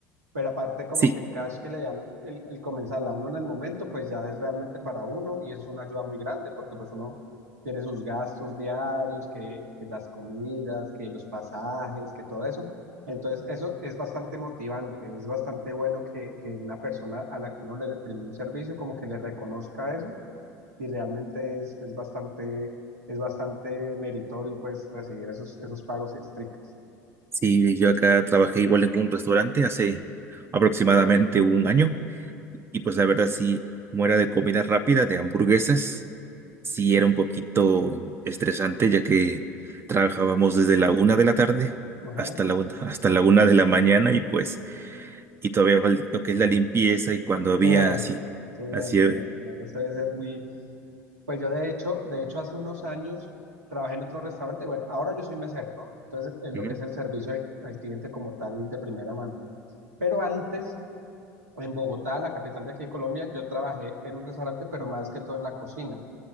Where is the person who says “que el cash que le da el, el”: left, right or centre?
Right